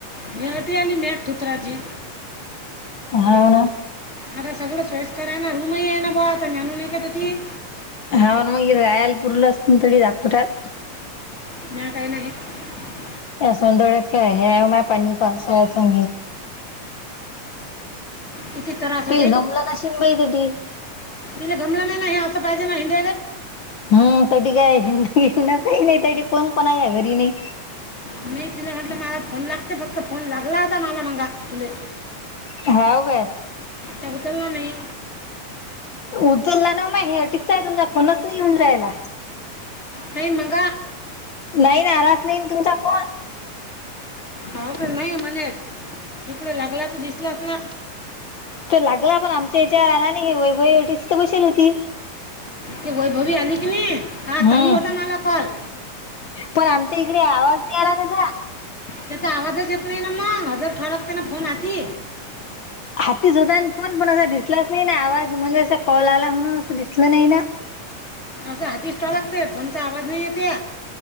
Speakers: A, on the left; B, on the left.
A: हेवटी आली मॅक ठुतराचीी
B: हा ना
A: आता सगळं चॉईस कराय ना रूमही आहे ना ब आता जञानून आहे का क
B: हा ना मग रायालपूरला असत थोडी दापुटात
A: नाही टाई नाही आहे
B: सन दोडत का आहे पनी पासा स
A: किती त्रास
B: ते जमलं नशिन बाई त
A: तिे गमलं नाही नाही हे असं पाहिजे ना हिंड
B: हम् त्या काय काही नाही त्या कोण कोणा घरी नाही
A: नाही तुला म्हटलं मला फोन लागते फक्त फोन लागला होता मला मगा तुले
B: हाव काय
A: त्याबचला नाही
B: उचलला ना मा हेटिस्त आहे तुमचा फोनच नाही येऊन जायला
A: नाही मग
B: नाही नाराज नाही तुमचा फन
A: हो का नाही म्हलाच तिकडे लागला तर दिसलास ना
B: तर लागला पण आमच्या याच्यावर आला नाही हे वैभईवटीच तर बसेल होती
A: तेी वैभवी आली की नाही हा
B: हम्म.
A: चालू होता मला फल
B: पण आमचा इकडे आवाज नाही आला ना का
A: त्याचा आवाजच येत नाही ना मग हजर ठरकतेना फोन आी
B: हाती झोता आणि फोन पण असा दिसलाच नाही ना आवाज म्हणज कॉल आला म्हणून असं दिसलं नाही ना ह
A: असं हातीस ठवा लागते फोनचा आवाज नाही येते‌